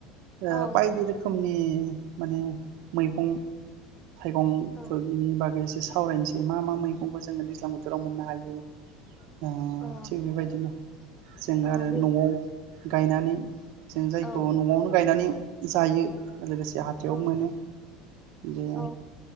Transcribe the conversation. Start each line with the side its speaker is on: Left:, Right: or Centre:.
Right: ओ
Left: औ
Right: बायदि रोखोमनि माने मैगं थाइगंफोरनि
Left: औ
Right: बागै सावरायनोसै मा मा मैगंखौ जोङो दैज्लां बोथोराव मोननो हायो ओ
Left: अ
Right: थिग बेबायदिनो जों
Left: औ
Right: आरो
Left: बे
Right: न'आव गायनानै जों जायखौ
Left: औ
Right: न'आवनो गायनानै जायो लोगोसे हाथायाव
Left: औ
Right: मोनो दे
Left: औ